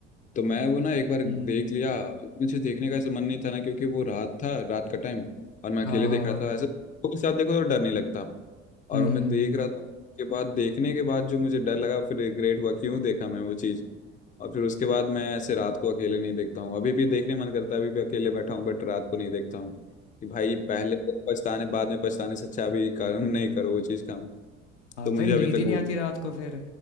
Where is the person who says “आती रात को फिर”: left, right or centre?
Left